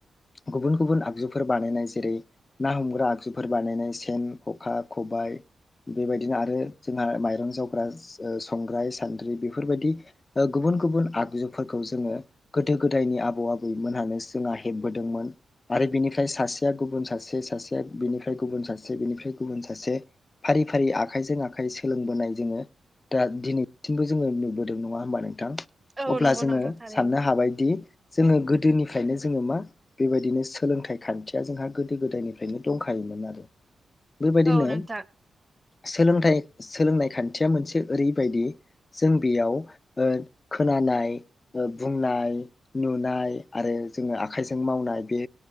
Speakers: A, on the left (about 40°); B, on the right (about 25°).
A: गुबुन गुबुन आगजुफोर बानायनाय जेरै ना हमग्रा आगजुफोर बानायनाय सेन खखा ख बाय। बेबायदिनो आरो जोंहा माइरं जावग्रा संग्राय सान्द्रि बेफोरबायदि गुबुन गुबुन बुन आगजुफोरखौ जोङो गोदो गोदायनि आबौ आबैमोन जोंहा हेबबोदोंमोन आरो बेनिफ्राय सासेया गुबुन सासे सासेया बिनिफ्राय गुबुन सासे बिनिफ्राय गुबुन सासे फारि फारि आखाइजों आखाइ सोलोंबोनाय जोङो दा दिनैसिमबो जोङो नुबोदों नङा होमबा नोंथां।
B: औ
A: अब्ला
B: नंगौ
A: जोङो
B: नोंथां थारैनो
A: साननो हाबायदि। जोङो गोदोनिफ्रायनो जोङो मा बेबायदिनो सोलोंथाइ खान्थिया जोंहा गोदो गोदायनिफ्रायनो दंखायो। <unintelligible> बेबायदिनो
B: औ नोंथां
A: सोलोंथाइ सोलोंनाय खान्थिया मोनसे ओरैबायदि जों बेयाव ओ खोनानाय ओ बुंनाय नुनाय आरो जोङो आखाइजों मावनाय बे